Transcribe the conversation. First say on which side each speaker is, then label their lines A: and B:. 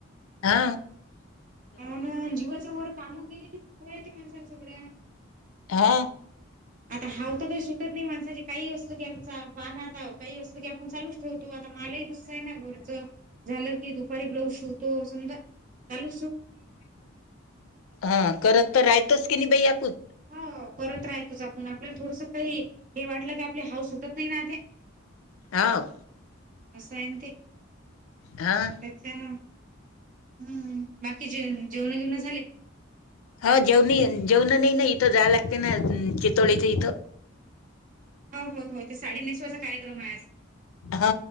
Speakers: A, on the left; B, on the right.
A: हा,
B: म्हून जीवाच वर कामं गेली कीयती माणसा सगळ्या,
A: हा.
B: आता हाव तर काही शिकत नाही, माणसाची काही असतं की आता पाण आता काही असत की आपण चालच ठेवतो, आता मलाही नाय ना घर झालं की दुपारी ब्लाउज शिवतो समजा चालू
A: हा करत तर राहतोच की नाही बाई आपून.
B: हो करत राहायचच आपण आपल्याला थोडस काही हे वाटलं ते आपले हाऊस सुटत नाही ना ते.
A: ह,
B: वसायंत
A: हां.
B: कच ना! हम्म बाकी जे जेवण घेवण झाले.
A: ह जेवणी जेवण नाही ना इथं जाय लागते ना! चितोळीचं इथं,
B: हो हो हो ते साडी नेसवायचा कार्यक्रम आहे आज.
A: हा